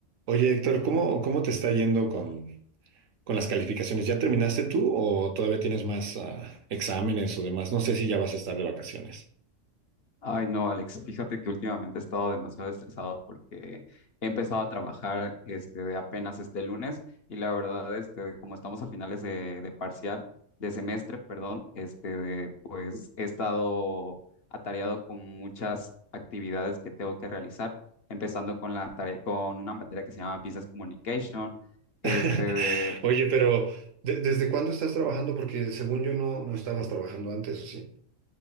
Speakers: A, on the right; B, on the left.
A: Oye, Héctor, ¿cómo, cómo te está yendo con, con las calificaciones? ¿Ya terminaste tú o todavía tienes más ah, exámenes o demás? No sé si ya vas a estar de vacaciones.
B: Ay, no, Alex, fíjate que últimamente he estado demasiado estresado porque he empezado a trabajar este, de apenas este lunes y la verdad, este, de como estamos a finales de, de parcial, de semestre, perdón, este, de, pues he estado atareado con muchas actividades que tengo que realizar, empezando con la tarea, con una materia que se llama Business Communication, este,
A: <laughs>
B: de,
A: Oye, pero ¿de- ¿desde cuándo estás trabajando? Porque según yo no, no estabas trabajando antes, ¿o sí?